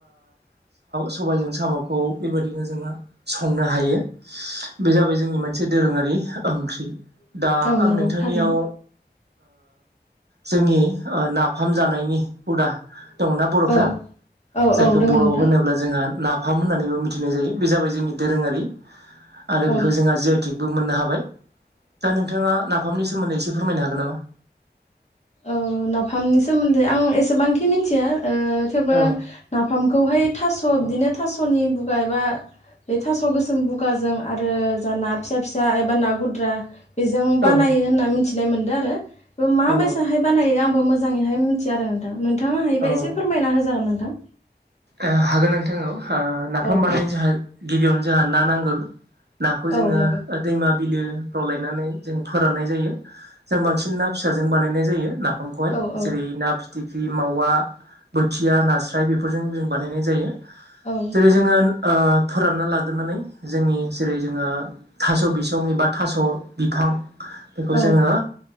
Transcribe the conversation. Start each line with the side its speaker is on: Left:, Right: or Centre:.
Right: सबायजों साम'खौ बेबायदिनो जोङो संनो हायो। बे जाबाय जोंनि मोनसे दोरोङारि ओंख्रि दा
Left: औ
Right: आं
Left: नंगौ
Right: नोंथांनियाव
Left: थारैनो
Right: जोंनि नाफाम जानायनि हुदा दङ ना बर'फ्रा
Left: औ औ
Right: जायखौ
Left: औ दोङो
Right: बर'आव
Left: नोंथां
Right: होनोब्ला जोंहा ना फाम होननानैबो मिथिनाय जायो बे जाबाय जोंनि दोरोङारि आरो बेखौ
Left: औ
Right: जोंहा जि आइ टेक बो मोननो हाबाय दा नोंथाङा नाफामनि सोमोन्दै एसे फोरमायनो हागोन नामा?
Left: औ नाफामनि सोमोन्दै आं एसेबांखि मिथिया थेवबो
Right: औ
Left: नाफामखौहाय थास'
Right: औ
Left: बिदिनो थास'नि <unintelligible> बा ना गुद्रा बेजों बानायो
Right: औ नोंथां
Left: होनना मिथिना मोनदों आरो माबायस
Right: औ
Left: होननाय आंबो मोजाङैहाय मिन्थिया आरो नोंथां नोंथाङा हायोबा
Right: औ
Left: एसे
Right: औ
Left: फोरमायना होजागोन नोंथां
Right: ओ हागोन नोंथां औ हो नाफाम
Left: औ
Right: बानायनो जोंहा गिबियावनो जोंहा ना नांगोल नाखौ जोङो
Left: औ नंगौ
Right: दैमा बिलोफ्राव लायनानै जों फोराननाय जायो जों बांसिन ना फिसाजों बानायनाय जायो ना नामखौहाय
Left: औ औ
Right: जेरै ना फिथिख्रि मावा बोथिया नास्राय बेफोरजों जों बानायनाय जायो
Left: औ
Right: जेरै जोङो फोरानना लाग्रानै जोंनि जेरै जोङो थास' बिसं एबा थास' बिफां बेखौ
Left: औ
Right: जोङो